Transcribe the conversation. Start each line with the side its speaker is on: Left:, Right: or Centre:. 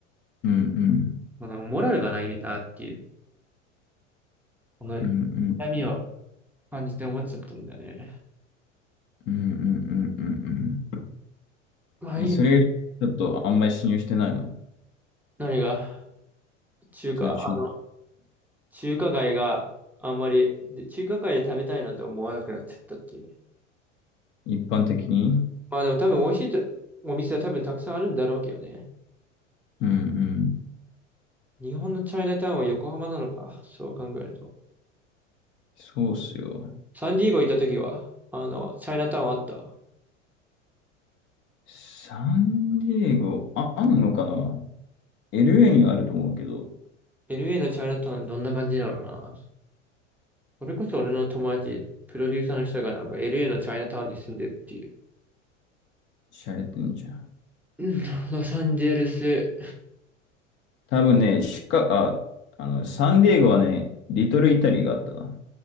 Left: うん
Centre: このモラルがないなっていう、この痛みを
Left: うん。うんうん。
Centre: 感じて思っちゃったんだよね。
Left: うんうんうんうんうん。
Centre: まあいいの。
Left: いや、それよりちょっとあんまり信用してないの。
Centre: 何が、中華、
Left: じゃあち
Centre: あの、中華街があんまり、で、中華街で食べたいなと思わなくなっちゃったっていうね。
Left: 一般的に
Centre: まあでも多分美味しいとお店は多分たくさんあるんだろうけどね。
Left: うんうん。
Centre: 日本のチャイナタウンは横浜なのか。そう考えると。
Left: そうっすよ。
Centre: サンディエゴ行った時は、あの、チャイナタウンあった。
Left: サンディエゴ、あ、あんのかな ?LA にはあると思うけど、
Centre: LA のチャイナタウンどんな感じだろうな。それこそ俺の友達、プロデューサーの人がなんか LA のチャイナタウンに住んでるっていう。
Left: しゃれてんじゃん。
Centre: うんロサンゼルス。
Left: 多分ね、シカ、あ、あの、サンディエゴはね、リトルイタリーがあったな。